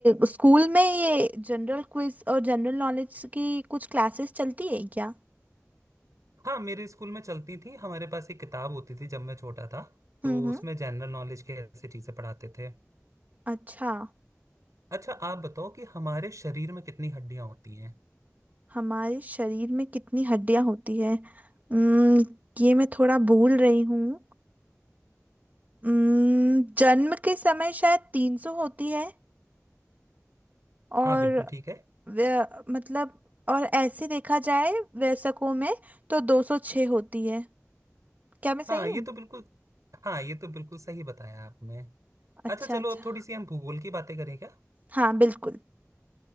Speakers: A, on the right (about 30°); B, on the right (about 85°).
A: स्कूल में ये जनरल क्विज और जनरल नॉलेज की कुछ क्लासेस चलती है क्या
B: हाँ मेरे स्कूल में चलती थी हमारे पास एक किताब होती थी जब मैं छोटा था तो
A: हम्म हम्म
B: उसमें जनरल नॉलेज के ऐसी चीजें पढ़ाते थे
A: अच्छा
B: अच्छा आप बताओ कि हमारे शरीर में कितनी हड्डियां होती हैं
A: हमारे शरीर में कितनी हड्डियां होती है हम्म ये मैं थोड़ा भूल रही हूँ हम्म, जन्म के समय शायद तीन सौ होती है और
B: हाँ बिल्कुल ठीक है
A: व्य- मतलब और ऐसे देखा जाए वयस्कों में तो 206 होती है क्या मैं सही
B: हाँ ये
A: हूँ
B: तो बिल्कुल हाँ ये तो बिल्कुल सही बताया आपने
A: अच्छा
B: अच्छा चलो
A: अच्छा
B: अब थोड़ी सी हम भूगोल की बातें करें क्या
A: हाँ बिल्कुल